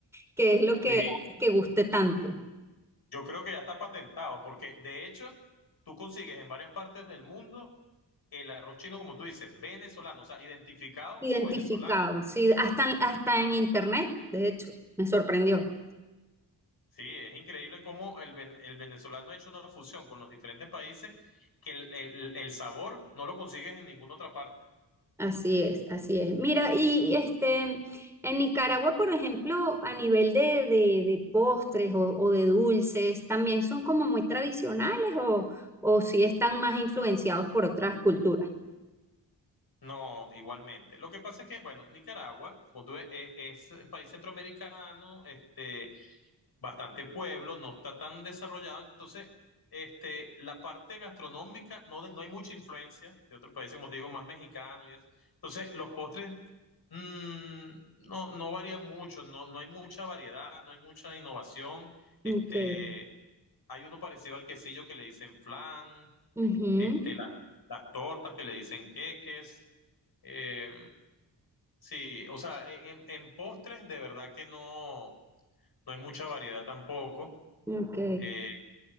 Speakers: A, in the centre; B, on the left.
A: que es lo que
B: sí,
A: hace que guste tanto.
B: Yo creo que ya está patentado, porque de hecho tú consigues en varias partes del mundo el arroz chino, como tú dices, venezolano, o sea, identificado
A: Identificado,
B: como venezolano.
A: sí, hasta, hasta en internet, de hecho, me sorprendió.
B: Sí, es increíble cómo el, ven- el venezolano ha hecho una fusión con los diferentes países que el, el- el sabor no lo consigues en ninguna otra parte.
A: Así es, así es. Mira, y este, en Nicaragua, por ejemplo, a nivel de, de, de postres o, o de dulces, ¿también son como muy tradicionales o, o si están más influenciados por otras culturas?
B: No, igualmente. Lo que pasa es que, bueno, Nicaragua, como tú ves, e- es, un país centroamericano, este, bastante pueblo, no está tan desarrollado, entonces este, la parte gastronómica no, de- no hay mucha influencia de otros países, como te digo, más mexicano y eso. Entonces los postres mm, no, no varían mucho, no, no hay mucha variedad, no hay mucha innovación. Este,
A: Ok.
B: hay uno parecido al quesillo que le dicen flan,
A: Ujú.
B: este, la- las tortas que le dicen queques. Eh, sí, o sea, en, en- en postres de verdad que no, no hay mucha variedad tampoco.
A: Ok.
B: Eh,